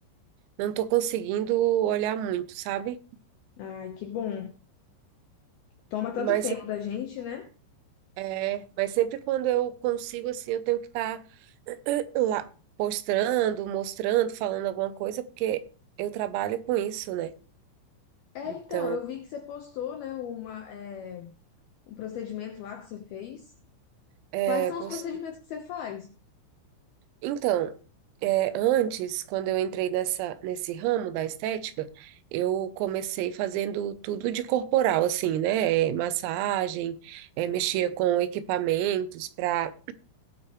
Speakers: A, on the right; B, on the left.
A: não tô conseguindo olhar muito, sabe?
B: Ai, que bom. Toma tanto
A: Mas,
B: tempo da gente, né?
A: é, mas sempre quando eu consigo, assim, eu tenho que estar lá postando, mostrando, falando alguma coisa, porque eu trabalho com isso, né?
B: É,
A: Então,
B: então, eu vi que você postou, né, uma, é, um procedimento lá que você fez.
A: é,
B: Quais são
A: pos.
B: os procedimentos que você faz?
A: Então, é, antes, quando eu entrei nessa, nesse ramo da estética, eu comecei fazendo tudo de corporal, assim, né? É, massagem, é, mexia com equipamentos para